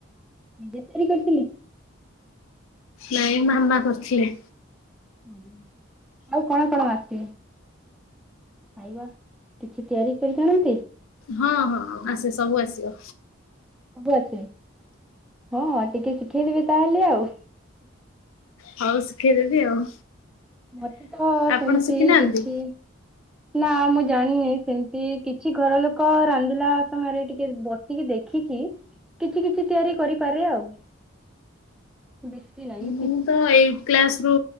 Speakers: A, in the centre; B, on the left.
A: ନିଜେ ତିଆରି କରିଥିଲି?
B: ନାଇଁ ମାମା କରିଥିଲେ।
A: ଓ ଆଉ କଣ କଣ ଆସେ? ଖାଇବା କିଛି ତିଆରି କରିଛନ୍ତି?
B: ହଁ ହଁ ଆସେ ସବୁ ଆସେ।
A: ସବୁ ଆସେ ହଁ ଟିକେ ଶିଖେଇଦବେ ତାହେଲେ ଆଉ।
B: ହଉ ଶିଖେଇଦବି ଆଉ।
A: ମତେ ତ
B: ଆପଣ
A: ସେମତି
B: ଶିଖିନାହାନ୍ତି?
A: କିଛି ନା ମୁଁ ଜାଣିନି, ସେମତି କେହି କିଛି ଘର ଲୋକ ରାନ୍ଧିଲା ସମୟରେ ଟିକେ ବସିକି ଦେଖିକି। କିଛି କିଛି ତିଆରି କରିପାରେ ଆଉ ବେଶୀ ନାଇଁ।
B: ମୁଁ ତ ଏଇଟ କ୍ଲାସ ରୁ